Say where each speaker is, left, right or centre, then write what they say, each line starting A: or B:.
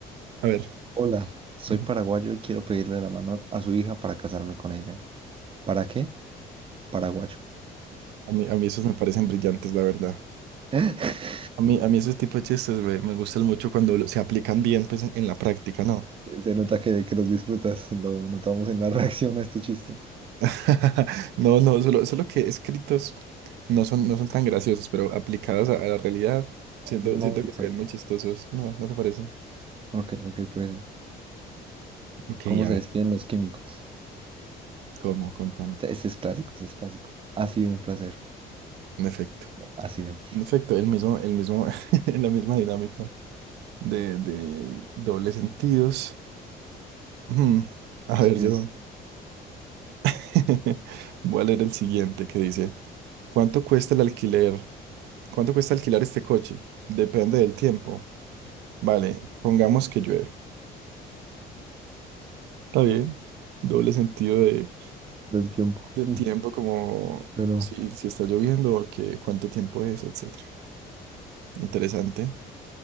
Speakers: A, on the right (about 80°); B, on the right (about 30°).
A: A ver,
B: Hola, soy
A: Ujú.
B: paraguayo y quiero pedirle la mano a su hija para casarme con ella. ¿Para qué? Paraguayo.
A: a mí, a mí esos me parecen brillantes, la verdad.
B: <laughs>
A: A mí, a mí esos tipos de chistes me, me gustan mucho cuando lo- se aplican bien pues, en, en la práctica, ¿no?
B: Se nota que, que los disfrutas, lo notamos en la <laughs> reacción a este chiste.
A: <laughs> No, no, solo, solo que escritos no son, no son tan graciosos, pero aplicados a, a la realidad, siento,
B: Un
A: siento
B: momento.
A: que se ven muy chistosos. No, ¿no te parece?
B: Ok, ok, pues,
A: Ok,
B: ¿cómo
A: a
B: se
A: ver,
B: despiden los químicos?
A: ¿cómo? Contame.
B: Este, este es clásico, este es clásico. Ha sido un placer,
A: En efecto.
B: ha sido.
A: En efecto, el mismo, el mismo, <laughs> la misma dinámica de, de dobles sentidos. Mm, A
B: Así
A: ver,
B: que
A: yo
B: es
A: <laughs> voy a leer el siguiente que dice, ¿cuánto cuesta el alquiler? ¿Cuánto cuesta alquilar este coche? Depende del tiempo. Vale, pongamos que llueve. Está bien. Doble sentido de,
B: del tiempo.
A: del
B: <laughs>
A: tiempo, como
B: Pero
A: si, si está lloviendo o que, cuánto tiempo es, etcétera. Interesante.